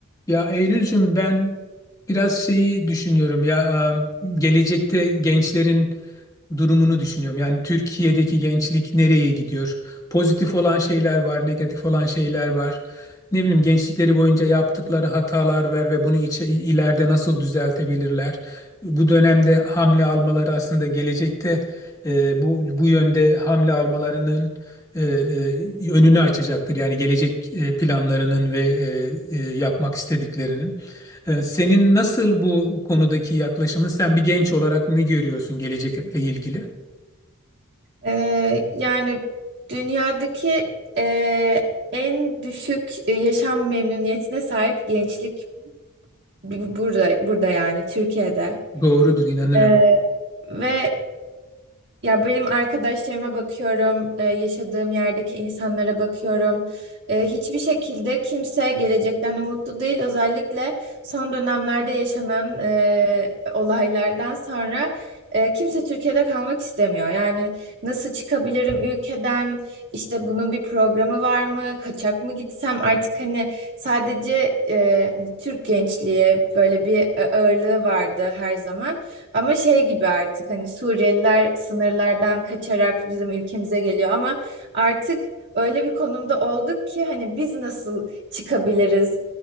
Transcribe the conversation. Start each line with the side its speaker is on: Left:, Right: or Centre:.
Left: Ya Eylülcüm ben biraz şeyi düşünüyorum ya e, gelecekte gençlerin durumunu düşünüyorum. Yani Türkiye'deki gençlik nereye gidiyor? Pozitif olan şeyler var, negatif olan şeyler var. Ne bileyim gençlikleri boyunca yaptıkları hatalar var ve bunu içe, ileride nasıl düzeltebilirler? Bu dönemde hamle almaları aslında gelecekte e, bu bu yönde hamle almalarının e, e, önünü açacaktır. Yani gelecek e, planlarının ve e, e, yapmak istediklerinin. E, senin nasıl bu konudaki yaklaşımın? Sen bir genç olarak ne görüyorsun gelecekle ilgili?
Right: Ee, yani dünyadaki e, en düşük e, yaşam memnuniyetine sahip gençlik bu- burada burada yani Türkiye'de.
Left: Doğrudur, inanırım.
Right: Ee, ve ya benim arkadaşlarıma bakıyorum, e, yaşadığım yerdeki insanlara bakıyorum. E, Hiçbir şekilde kimse gelecekten umutlu değil. Özellikle son dönemlerde yaşanan e, olaylardan sonra e, kimse Türkiye'de kalmak istemiyor. Yani nasıl çıkabilirim ülkeden? İşte bunun bir programı var mı? Kaçak mı gitsem? Artık hani sadece e, hani Türk gençliğe böyle bir e, ağırlığı vardı her zaman. Ama şey gibi artık hani Suriyeliler sınırlardan kaçarak bizim ülkemize geliyor ama artık öyle bir konumda olduk ki hani biz nasıl çıkabiliriz?